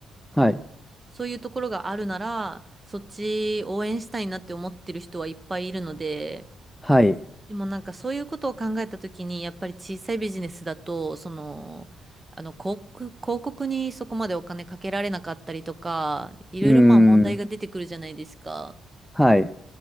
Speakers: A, in the centre; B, on the right (about 20°).
A: はい。
B: そういうところがあるなら、そっち応援したいなって思ってる人はいっぱいいるので、
A: はい。
B: でもなんかそういうことを考えたときに、やっぱり小さいビジネスだと、その、あの広告、広告にそこまでお金かけられなかったりとか、いろいろまあ問題が出てくるじゃないですか。
A: うーん。はい。